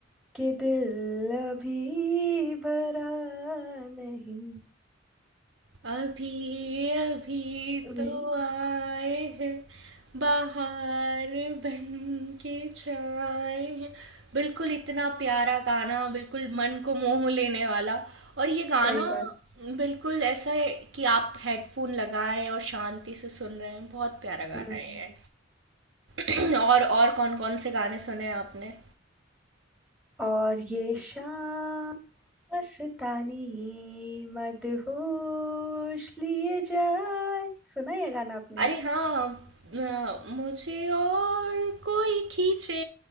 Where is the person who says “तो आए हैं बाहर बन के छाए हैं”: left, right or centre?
Right